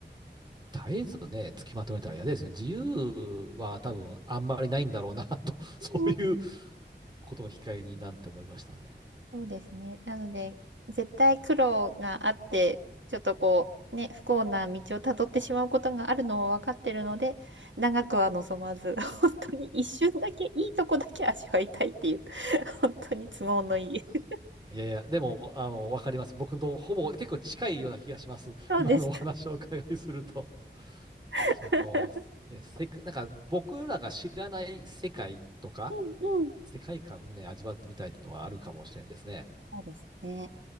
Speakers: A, on the right; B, on the right.
A: 絶えずね、つきまとめたら嫌ですね。自由は多分あんまりないんだろうな、と、そういう
B: うん
A: ことの控えになんて思いましたね。
B: そうですね。なので、絶対苦労があって、ちょっとこう、ね、不幸な道をたどってしまうことがあるのを分かってるので、長くは望まず、<laughs> 本当に一瞬だけ、いいとこだけ味わいたいっていう、<laughs> 本当に都合のいい。
A: いや
B: <laughs>
A: ーいやいや、でも、あの、わかります。僕とほぼ結構近いような気がします。<laughs>
B: そうですか。
A: 今のお話をお伺いすると。
B: <laughs>
A: その、ねせか、なんか僕らが知らない世界とか、
B: うんうん。
A: 世界観をね、味わってみたいっていうのはあるかもしれんですね。
B: そうですね。